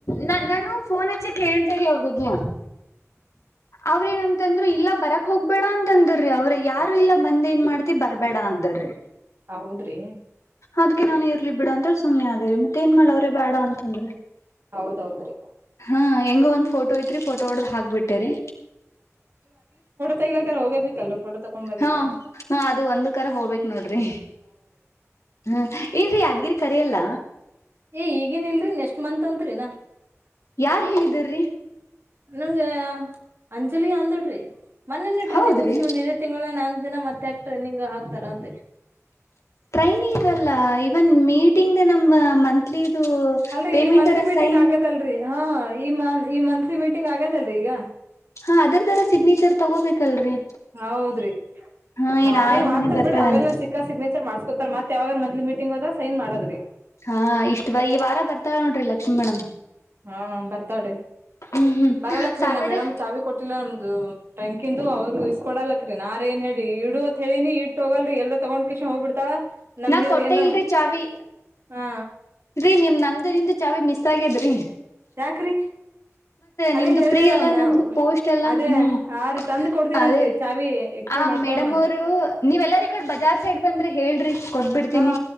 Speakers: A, on the left; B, on the right.
A: ನಾ ನಾನು ಫೋನ್ ಹಚ್ಚೆ ಕೇಳ್ತೇರಿ ಅವ್ರಿಗೆ ಅವ್ರೇನಂತಂದ್ರು ಇಲ್ಲ ಬರಕ್ ಹೋಗ್ಬೇಣ ಅಂತ ಅಂದ್ರಿ ಅವ್ರ ಯಾರು ಇಲ್ಲ ಬಂದ ಏನ್ ಮಾಡ್ತಿ ಬರ್ಬೇಡ ಅಂದರಿ
B: ಹೌದ್ರಿ
A: ಅದ್ಕ್ಕೆ ನಾನ್ ಇರ್ಲಿ ಬಿಡ ಅಂತ ಸುಮ್ಮನೆ ಆದೇರಿ ಮತ್ತೆ ಏನ್ ಮಾಡ್ ಅವ್ರೇ ಬೇಡ ಅಂತಂದ್ರೆ
B: ಹೌದೌದ್ರಿ
A: ಹಾ ಹೆಂಗ ಒಂದ್ ಫೋಟೋ ಐತ್ರಿ ಫೋಟೋ ಹೊಡ್ದ್ ಹಾಕ್ಬಿಟ್ಟೇರಿ
B: ಗಲಾಕ ಹೋಗಫಿತ್ತಲ್ ಫೋ ತಕೊಂಡ್ ಬರ್ಲಿಕಾರ
A: ಹಾ ಹಾ ಅದು ಒಂದ್ ಕರ ಹೋಗ್ಬೇಕ ನೋಡ್ರಿ ಹ್ಮ ಏನ್ಯಾದ್ಗಿರಿ ಕರಿಯಲ್ಲ
B: ಏ ಈಗೇನ್ ಇಲ್ರೀ ನೆಕ್ಸ್ಟ್ ಮಂತ್ ಅತ್ರಿನಾ
A: ಯಾರ್ ಹೇಳಿದರಿ
B: ನಂಗೆ ಅಂಜಲಿ ಅಂದಡ್ರಿ ಮೊನಟ್ರೀನಿಂಗ್
A: ಹೌದ್ರಿ
B: ಮುಗಸ್ಕೊಂಬಂದ ಇದೇ ತಿಂಗಳ ನ ದಿನ ಮತ್ತೆಕಕ್ ಟ್ರೈನಿಂಗ್ ಹಾಕ್ತಾರ ಅಂತ
A: ಟ್ರೈನೀಗಲ್ಲ ಇವನ್ ಮೀಟಿಂಗ್ ನಮ ಮಂತ್ಲಿ ಇದು
B: ಅಲ್ರರಿ
A: ಪೇಮೆಂಟ್ರ
B: ಈ ಮಂತ್ಲಿ ಮೀಟಿಂಗ್
A: ಸೈನ್
B: ಆಗ್ಯದಲ್ರರಿ ಹಾ ಈ ಮ ಈ ಮಂತ್ಲಿ ಮೀಟಿಂಗ್ ಆಗ್ಯದಲ್ರಿ ಈಗ
A: ಹಾ ಅದ್ರ ತರ ಸಿಗ್ನೇಚರ್ ತಗೋಬೇಕಲ್ರರಿ
B: ಹೌದ್ರಿ
A: ಹಾ
B: ನಾ
A: ಏನ್
B: ಆಮೇಲ್
A: ಆಯಮ್ಮನೆ
B: ಮಾಡ್ತಾರ
A: ಬರ್ತಾಳಾನ
B: ಬಿಡ್ರಿ ಆಮೇಲೆ ಸಿಕ್ಕಾ ಸಿಗ್ನೇಚರ್ ಮಾಡ್ಸ್ಕೊತಾರ ಮತ್ತ ಯಾವಾಗ ಮ್ ಮೀಟಂಗ ಹೋದ ಸೈನ್ ಮಾಡದ್ರರಿ
A: ಹಾ ಇಷ್ಟ್ ಬ ಈ ವಾರ ಬರ್ತಾಳ ನೋಡ್ರಿ ಲಕ್ಷ್ಮೀ ಮೇಡಮ್
B: ಹಾ ಬರ್ತಾಡಿ
A: ಹ್ಮ್ ಹ್ಮ್
B: ಬರಲ್ಲಕ್ರೀನಾ
A: ಸಾಟರ್ಡೆ
B: ಮೇಡಮ್ ಚಾವಿ ಕೊಟ್ಟಿಲ್ಲ ನಮ್ದು ಟಂಕಿಂದು ಅವ್ರುೂ ಇಸ್ಕ ಕೊಡಲಕ್ರೀ ನಾರ ಏನ್ ಹೇಳಿ ಇಡುತ್ ಹೇಳಿನಿ ಇಟ್ಟ ಹೋಗಲ್ರಿ ಎಲ್ರ ತಗೊಂಡ ಕಷ್ ಹ್ಬ ಬಿಡ್ತಾಳ ನಮ್ಗಿದ್ರ
A: ನಾ ಕೊಟ್ಟೆ ಇಲ್ರಿ ಚಾವಿ
B: ಹಾ
A: ರೀ ನಿಮ್ ನಂದರಿಂದ ಚಾವಿ ಮಿಸ್ ಆಗೇದ್ರಿ
B: ಯಾಕ್ರಿ ಅದೇ
A: ನಿಮ್ದು
B: ಹೇಳುದಿಲ್ಲ
A: ಪ್ರೀ ಎಲ್ಲಾ ನಮ್ದು ಪೋಸ್ಟ್ ಎಲ್ಲಾ
B: ಅದೇ
A: ಹ್ಮ್
B: ಆ ರೀ ತಂದ ಕೊಡ್ತೀನನ್ರಿ
A: ಅದೇ
B: ಚಾವಿ ಎಕ್ಸ್ಚೇಂಜ್
A: ಆ
B: ಮಾಡ್ಕೊಳಮಂತ್
A: ಮೇಡಮ್ ಅವರು ನೀವೆಲ್ಲಾರ ಈ ಕಡೆ ಬಜಾರ್ ಸೈಡ್ ಬಂದ್ರೆ ಹೇಳ್ರಿ ಕೊಟ್ಬಿಡ್ತೀನಿ
B: ಹಾ